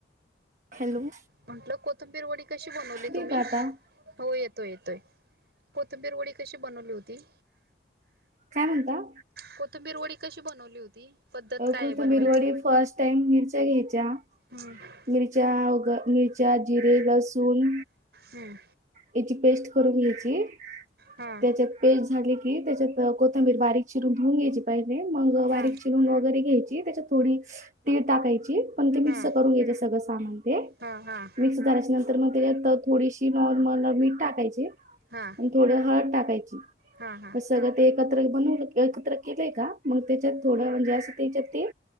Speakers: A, on the right (about 40°); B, on the right (about 60°).
A: हॅलो
B: म्हटलं कोथंबीर वडी कशी बनवली
A: ठीक
B: तुम्ही?
A: का आता
B: हो येतोय येतोय. कोथिंबीर वडी कशी बनवली होती?
A: काय म्हणता
B: कोथिंबीर वडी. कशी बनवली होती? पद्धत काय
A: कोथिंबीर
B: आहे बनवायची
A: वडी फर्स्ट टाईम मीच घ्यायच्या
B: हम्म
A: मिरच्या, मिरच्या, जिरे, लसूण
B: हम्म
A: याची पेस्ट करून घ्यायची
B: हा
A: त्याच्यात पेस्ट झाली त्याच्यात कोथंबीर बारीक चिरून धुऊन घ्यायची पहिले मग बारीक
B: हा
A: चिरून वगैरे घ्यायची. त्याच्यात थोडी तीळ टाकायची मग ते मिक्स
B: हा
A: करुन घ्यायचं सगळ सामान ते
B: हा हा
A: मिक्स झाल्याच्यानंतर मग त्याच्यात थोडीशी मग मला मीठ टाकाची
B: हा
A: थोड हळद टाकायचे
B: हा हा हा हा
A: सगळ ते एकतर बनवून एकत्र क केले का. मग त्याच्यात थोड म्हणजे अस त्याच्यात ते